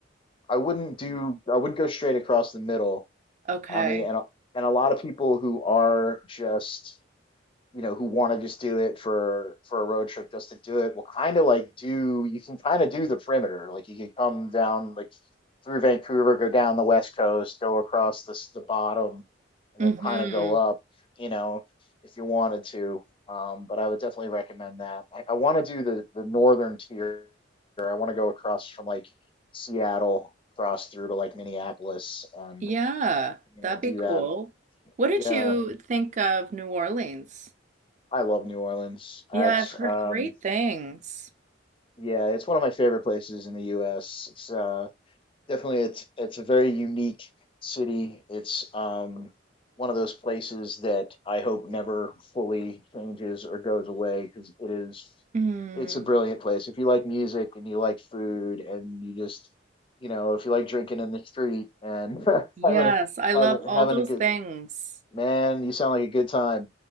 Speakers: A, on the left; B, on the right.
A: I wouldn't do. I wouldn't go straight across the middle.
B: Okay.
A: I mean, and a- and a lot of people who are just you know who want to just do it for for a road trip just to do it will kind of like do. You can kind of do the perimeter. Like you could come down like through Vancouver, go down the west coast, go across the the bottom, and
B: Mm-hmm.
A: then kind of go up, you know, if you wanted to. Um, but I would definitely recommend that. I, I want to do the the northern tier. I want to go across from like Seattle, cross through to like Minneapolis, and
B: Yeah,
A: you
B: that'd
A: know,
B: be
A: do
B: cool.
A: that.
B: What did
A: Yeah,
B: you think of New Orleans?
A: I love New Orleans.
B: Yeah,
A: It's
B: I've heard
A: um,
B: great things.
A: yeah, it's one of my favorite places in the U.S. It's uh, definitely it's it's a very unique city it's um one of those places that i hope never fully changes or goes away because it is
B: Hmm.
A: it's a brilliant place if you like music and you like food and you just you know if you like drinking in the street and <laughs>
B: Yes,
A: having a
B: I
A: having
B: love all
A: having
B: those
A: a good
B: things.
A: man you sound like a good time